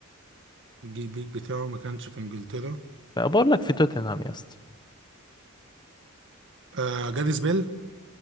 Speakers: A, on the right (about 60°); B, on the left (about 20°).
A: الجي- البيك بتاعه ما كانش في انجلترا
B: بقول لك في توتنهام يا اسطى
A: آه جاريث بيل